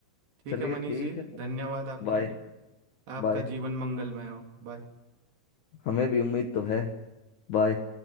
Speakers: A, on the right; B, on the left.
A: ठीक
B: चलिए
A: है मनीष
B: ठीक
A: जी
B: है
A: धन्यवाद आपका
B: बाय
A: आपका
B: बाय
A: जीवन मंगलमय हो बाय
B: हमें भी उम्मीद तो है बाय